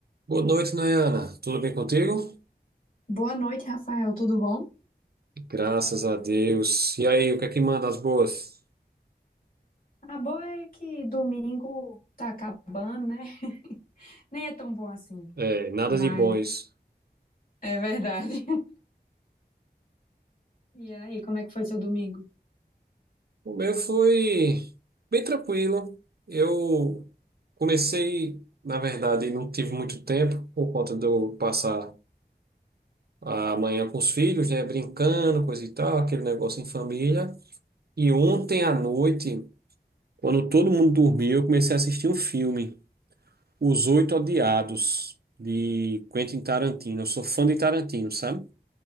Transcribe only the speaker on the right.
Boa noite, Nayana. Tudo bem contigo?
Graças a Deus. E aí, o que é que manda as boas?
É, nada
de bons.
O meu foi bem tranquilo. Eu comecei, na verdade, não tive muito tempo por conta de eu passar a manhã com os filhos, né, brincando, coisa e tal, aquele negócio em família. E ontem à noite, quando todo mundo dormiu, eu comecei a assistir um filme, Os Oito Odiados, de Quentin Tarantino. Eu sou fã de Tarantino, sabe?